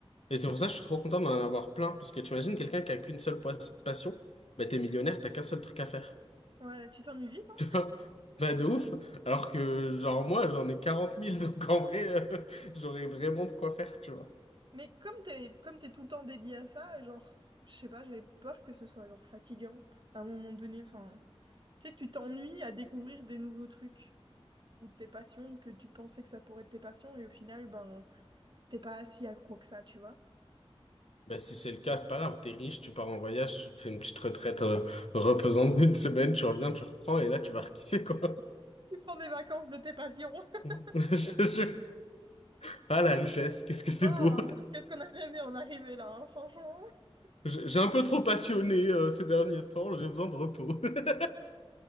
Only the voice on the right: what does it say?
Ouais, tu t'ennuies vite, hein?
Mais comme t'es, comme t'es tout le temps dédié à ça, genre, je sais pas, j'ai peur que ce soit genre fatigant à un moment donné. Enfin, tu sais que tu t'ennuies à découvrir des nouveaux trucs ou tes passions que tu pensais que ça pourrait être tes passions et au final, ben, t'es pas si accro que ça, tu vois.
Tu prends des vacances de tes passions.
<laughs>
Oh,
qu'est-ce qu'on a rêvé en arriver là, hein, franchement. <laughs>